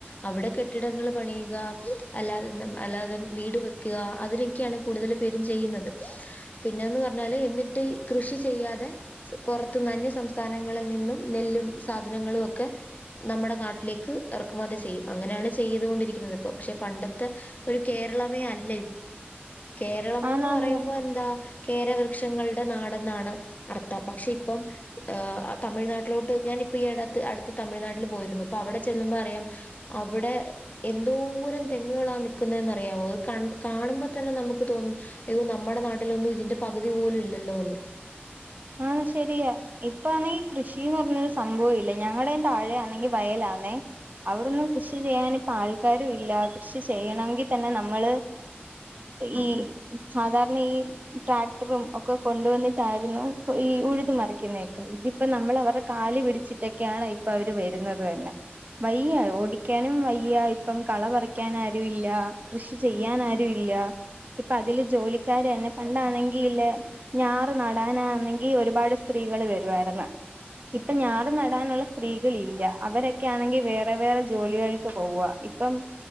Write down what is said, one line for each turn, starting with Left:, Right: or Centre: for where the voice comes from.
Left: അവിടെ കെട്ടിടങ്ങൾ പണിയുക അല്ലാതെ അല്ലാതെ വീട് വെക്കുക അതിനൊക്കെയാണ് കൂടുതൽ പേരും ചെയ്യുന്നത് പിന്നേന്ന് പറഞ്ഞാല് എന്നിട്ട് കൃഷി ചെയ്യാതെ പുറത്തുന്ന് അന്യ സംസ്ഥാനങ്ങളിൽ നിന്നും നെല്ലും സാധനങ്ങളും ഒക്കെ നമ്മുടെ നാട്ടിലേക്ക് ഇറക്കുമതി ചെയ്യും അങ്ങനെയാണ് ചെയ്തുകൊണ്ടിരിക്കുന്നത് ഇപ്പോ പക്ഷെ പണ്ടത്തെ ഒരു കേരളമേ അല്ല കേരളംന്ന്
Right: ആന്നാന്ന്
Left: പറയുമ്പോ എന്താ കേരവൃക്ഷങ്ങളുടെ നാടെന്നാണ് അർത്ഥം പക്ഷെ ഇപ്പം തമിഴ്നാട്ടിലോട്ട് ഞാനിപ്പം ഈ അടുത്ത് അടുത്ത് തമിഴ്നാട്ടിൽ പോയിരുന്നു അപ്പൊ അവിടെ ചെല്ലുമ്പോ അറിയാം അവിടെ എന്തോരം തെങ്ങുകളാണ് നിൽക്കുന്നേന്ന് അറിയമോ അത് കണ്ട് കാണുമ്പോ തന്നെ നമുക്ക് തോന്നും അയ്യോ നമ്മുടെ നാട്ടിലൊന്നും ഇതിന്റെ പകുതി പോലും ഇല്ലല്ലോ എന്ന്
Right: ആഹ് ശെരിയാ ഇപ്പാണെങ്കി ഈ കൃഷിന്ന് പറഞ്ഞരു സംഭവ ഇല്ല ഞങ്ങളുടെയും താഴെ ആണെങ്കി വയലാന്നേ അവിടൊന്നും കൃഷി ചെയ്യാനിപ്പം ആൾക്കാരും ഇല്ല കൃഷി ചെയ്യണമെങ്കിൽ തന്നെ നമ്മള് ഈ സാധാരണ ഈ ട്രാക്ടറും ഒക്കെ കൊണ്ടുവന്നിട്ടായിരുന്നു ഈ ഉഴുതു മറിക്കുന്നേക്കെ ഇതിപ്പോ നമ്മൾ അവരുടെ കാല് പിടിച്ചിട്ടൊക്കെയാണ് ഇപ്പൊ അവര് വരുന്നത് തന്നെ വയ്യ ഓടിക്കാനും വയ്യ ഇപ്പം കള പറിക്കാൻ ആരും ഇല്ല കൃഷി ചെയ്യാൻ ആരും ഇല്ല ഇപ്പ അതില് ജോലിക്കാര് തന്നെ പണ്ടാണെങ്കിൽല്ലേ ഞാറ് നടാനാന്നെ ഈ ഒരുപാട് സ്ത്രീകൾ വരുവായിരുന്നു ഇപ്പൊ ഞാറ് നടാനുള്ള സ്ത്രീകൾ ഇല്ല അവരൊക്കൊണെങ്കിൽ വേറെ വേറെ ജോലികൾക്ക് പോവുക ഇപ്പം